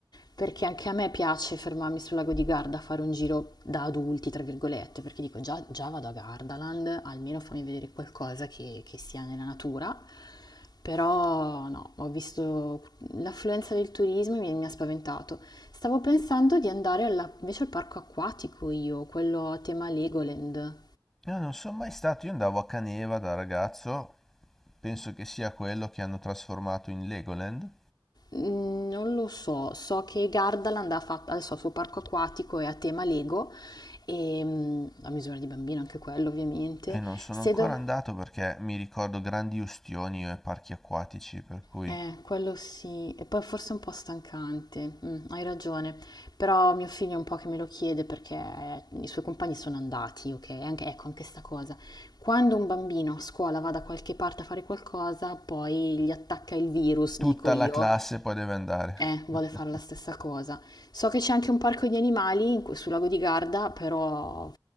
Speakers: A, on the left (about 55°); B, in the centre.
A: perché anche a me piace fermarmi sul lago di Garda a fare un giro da adulti, tra virgolette, perché dico già, già vado a Gardaland, almeno fammi vedere qualcosa che, che sia nella natura, però no, ho visto l'affluenza del turismo e mi, mi ha spaventato. Stavo pensando di andare alla- invece al parco acquatico io, quello a tema Legoland.
B: Io non sono mai stato, io andavo a Caneva da ragazzo, penso che sia quello che hanno trasformato in Legoland.
A: Mm, Non lo so, so che Gardaland ha fatto adesso ha il suo parco acquatico è a tema Lego, e, mm, a misura di bambino anche quello ovviamente.
B: E non sono
A: Se
B: ancora
A: dov-
B: andato perché mi ricordo grandi ustioni e parchi acquatici, per cui
A: eh, quello sì, e poi forse è un po' stancante, mm, hai ragione, però mio figlio è un po' che me lo chiede perché eh, i suoi compagni sono andati, ok? Anche, ecco, anche sta cosa. Quando un bambino a scuola va da qualche parte a fare qualcosa, poi gli attacca il virus,
B: tutta
A: dico io,
B: la classe poi deve andare.
A: Eh, vuole
B: <laughs>
A: fare la stessa cosa. So che c'è anche un parco di animali in que- sul lago di Garda, però,